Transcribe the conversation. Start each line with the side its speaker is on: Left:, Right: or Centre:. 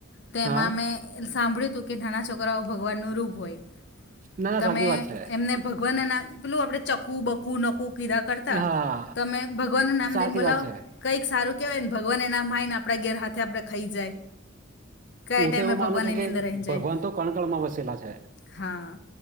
Left: તેમાં
Right: હા
Left: મેં સાંભળ્યું તું કે નાના છો કરાઓ ભગવાનનું રૂપ હોય,
Right: ના ના
Left: તમે
Right: સાચી વાત છે
Left: એમને ભગવાનના નામ, પેલું આપણે ચખ્ખું, બકું, નકું, કીધા કરતા
Right: હા
Left: તમે ભ નામ
Right: સાચી
Left: દઈન બોલાવ,
Right: વાત છે
Left: કઈક સારું કેહેવાય ને ભગવાન એ નામ માય ને આપડા ઘેર હાથે આપડે ખાઈ જાય. કયા
Right: હું
Left: ટાઈમે
Right: તો એવું માનું
Left: ભગવાન
Right: છું
Left: એની
Right: કે
Left: અંદર આવી જાય
Right: ભગવાન તો કણકણમાં વસેલા છે.
Left: હા.